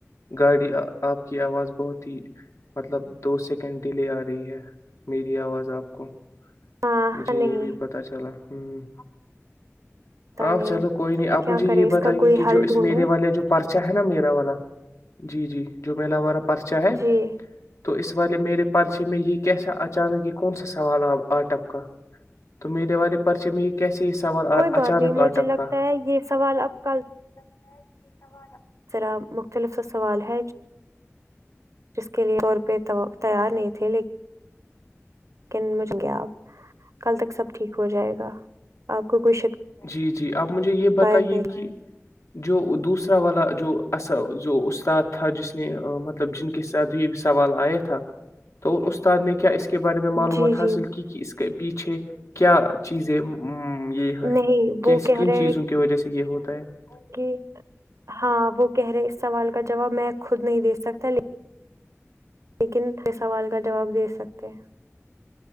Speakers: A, on the left; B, on the right.
A: گاڑی آپ کی آواز بہت مطلب دو سیکنڈ ہی لے آ رہی ہے میری آواز آپ کو
B: ہاں
A: مجھے
B: نہیں
A: یہ بھی پت چلا ہوں
B: پتا
A: ہاں
B: نہیں
A: چلو کوئی نہیں آپ
B: کیا
A: مجھے یہ
B: کرے اس
A: بتائیے
B: کا کوئی
A: کہ
B: حل
A: جو اس
B: ڈھونڈے
A: میرے والے جو پرچا ہے نا میرا والا جی جی جو ملااوور اپ پرچا ہے
B: جی
A: تو اس والے میرے پرچے میں یہ کیسا اچانک یہ کون سا سوال آپ آٹ اپ تو میرے والے پرچے میں کیسے یہ سوال
B: کوئی
A: آ- اچانک
B: بات نہیں
A: آ
B: مجھے
A: ٹپکا
B: لگتا ہے یہ سوال اب کل
A: ہ جی س <unintelligible>
B: ذرا مختلف سوال ہے جس کے لیے طور پہ تیار نہیں تھے ل کن مج گیا آپ کل تک سب ٹھیک ہو جائے گا آپ کو کوئی
A: جی جی آپ مجھے یہ
B: شکایت
A: بتائیے
B: نہیں
A: کہ جو دوسرا والا جو ایسا جو استاد تھا جس نے مطلب جن کے ساتھ یہ سوال آیا تھا تو ان استاد نے کیا اس کے بارے میں معلومات
B: جی
A: حاصل
B: جی
A: کی کہ اس کے پیچھے کیا چیزیں ہوں یہی ہے
B: نہیں
A: کیسی
B: وہ کہہ
A: کن
B: رہے
A: چیزوں
B: ہیں
A: کی وجہ سے یہ ہوتا تو
B: کہ ہاں وہ کہہ رہے ہیں اس سوال کا جواب میں خود نہیں دیکھ سکتا لیکن لیکن سوال کا جواب دے سکتے